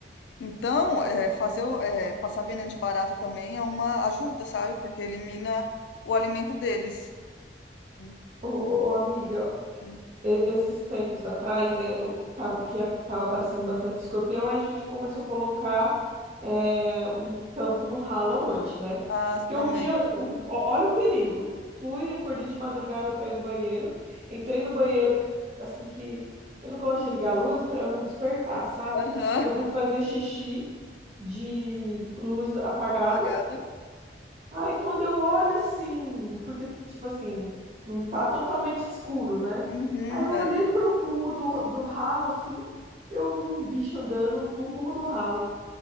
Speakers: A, on the left (about 75°); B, on the right (about 40°).
A: Então, é, fazer, o- é, passar veneno de barata também é uma ajuda, sabe? Porque elimina o alimento deles. Hum,
B: Ô, ô, amiga,
A: hum.
B: e- esses tempos atrás, né, eu tava, que estava aparecendo bastante escorpião, aí a gente começou a colocar é, um tampo no ralo à noite, né?
A: Ah,
B: Porque
A: também.
B: um dia,
A: Uhum.
B: um- ó- olha o perigo. Fui, acordei de madrugada para ir no banheiro, entrei no banheiro, assim que eu não gosto de ligar a luz para eu não despertar, sabe?
A: Aham.
B: Então
A: <laughs>
B: fui fazer xixi de luz apagada.
A: Apagada.
B: Aí quando eu olho assim, porque, tipo assim, não tá totalmente escuro, né?
A: Uhum,
B: Aí eu olhei
A: é.
B: pro rumo do, do ralo, assim, eu vi um bicho andando no rumo do ralo.